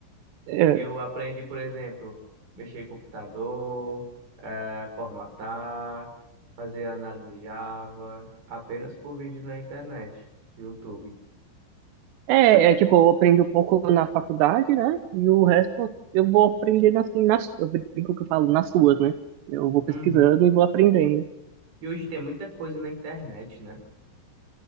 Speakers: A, on the right; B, on the right.
A: é,
B: Eu aprendi, por exemplo, mexer em computador, eh, formatar, fazer análise Java, apenas por vídeo na internet, YouTube.
A: É, é tipo,
B: Pô,
A: eu aprendi um pouco na faculdade, né? E o resto eu vou aprendendo assim, nas, eu brinco que eu falo, nas suas, né? Eu vou pesquisando
B: uhum.
A: e vou aprendendo.
B: E hoje tem muita coisa na internet, né?